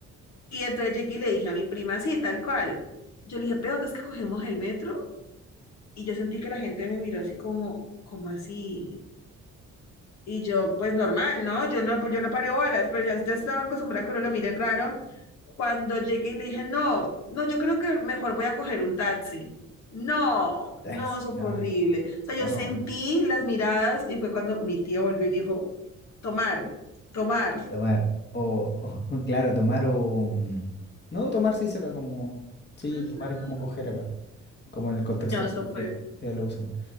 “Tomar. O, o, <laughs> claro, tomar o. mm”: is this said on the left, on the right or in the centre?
Left